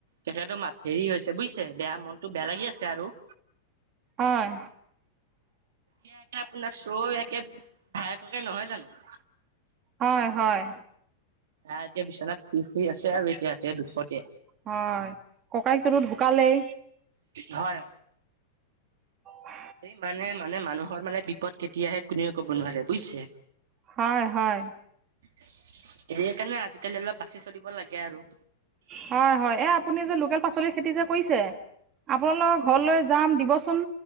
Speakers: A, on the right; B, on the right.
A: তেখেতৰ মাত হেৰি হৈছে বুজিছে বেয়া মনতটো বেয়া লাগি আছে আৰু
B: হয়
A: ইয়াকে আপোনাৰ শ্ব' ইাকে ভায়ককে নহয় জানো
B: হয় হয়
A: আহ এতিয়া বি্বনাত শু শুৰি আছে আৰু এতিয়া ইাতে দুশতে
B: হয় ককাইক ততো ঢুকালেই
A: হয়
B: উ
A: এই মানে মানে মানুহৰ মানে বিপদ কেতিয়াহে কোনেে কব নোৱাৰে বুজিছে
B: হয় হয়
A: সয় কাৰণে আজিকালি অলপ বাচি চলিব লাগে আৰু
B: হয় হয় এ আপুনি যে লোকেল পাচলি খেতি যে কৰিছে আপোনালোকৰ
A: হয়।
B: ঘৰলৈ যাম দিবচোন